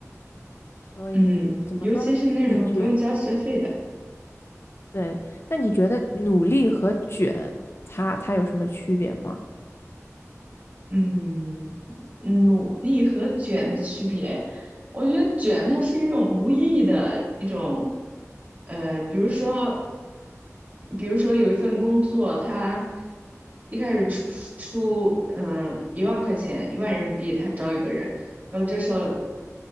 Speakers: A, on the left; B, on the right.
A: 所以怎么说呢？
B: 嗯，尤其是那种不用交学费的。
A: 你觉对，那你觉得努力和卷，它它有什么区别吗？
B: 嗯，努力和卷的区别，我觉得卷它是一种无意义的一种，呃，比如说，比如说有一份工作，他一开始出出嗯一万块钱，一万人民币，他招一个人，然后这时候，